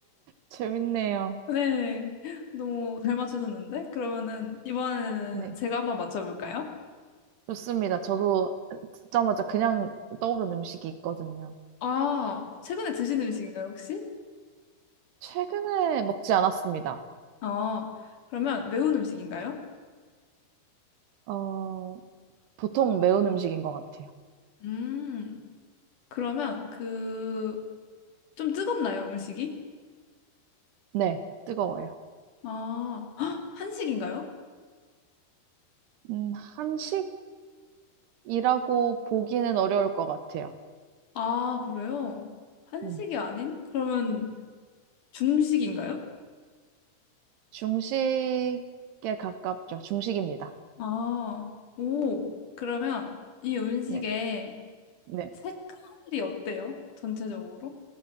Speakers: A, on the right; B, on the left.
A: 재밌네요.
B: 네, 너무 잘 맞추셨는데? 그러면은, 이번에는
A: 네.
B: 제가 한번 맞춰볼까요?
A: 좋습니다. 저도 듣자마자 그냥 떠오른 음식이 있거든요.
B: 아, 최근에 드신 음식인가요, 혹시?
A: 최근에 먹지 않았습니다.
B: 아, 그러면 매운 음식인가요?
A: 어, 보통 매운 음식인 것 같아요.
B: 음, 그러면 그, 좀 뜨겁나요, 음식이?
A: 네, 뜨거워요.
B: 아, <gasps> 헉, 한식인가요?
A: 음, 한식? 이라고 보기는 어려울 것 같아요.
B: 아, 그래요? 한식이
A: 음,
B: 아닌? 그러면 중식인가요?
A: 중식에 가깝죠. 중식입니다.
B: 아, 오. 그러면 이 음식의
A: 네, 네.
B: 색깔이 어때요? 전체적으로?